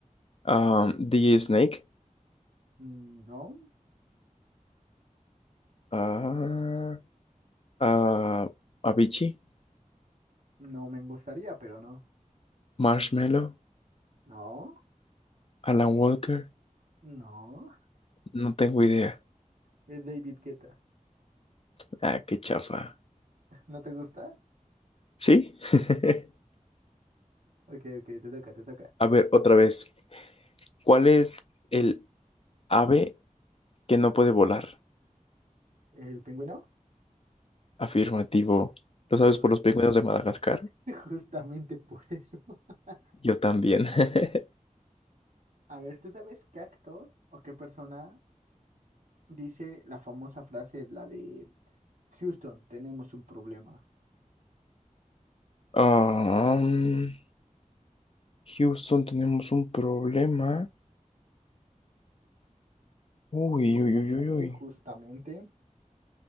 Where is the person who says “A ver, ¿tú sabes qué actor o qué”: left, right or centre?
Right